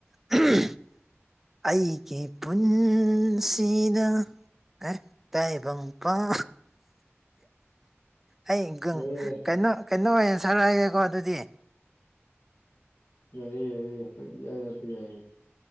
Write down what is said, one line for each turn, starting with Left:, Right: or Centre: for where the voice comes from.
Centre: <inaudible> ꯑꯩꯒꯤ ꯄꯨꯟꯁꯤꯗ ꯑꯦ ꯇꯥꯏꯕꯪꯄꯥꯟ ꯑꯩ ꯒꯨꯡ
Left: ꯌꯥꯏꯌꯦ
Centre: ꯀꯩꯅꯣ ꯀꯩꯅꯣ ꯑꯣꯏ ꯁꯛꯂꯛꯑꯒꯦꯀꯣ ꯗꯨꯗꯤ
Left: ꯌꯥꯏꯌꯦ ꯌꯥꯏꯌꯦ ꯄꯪꯌꯥꯗꯥ ꯌꯥꯏꯌꯦ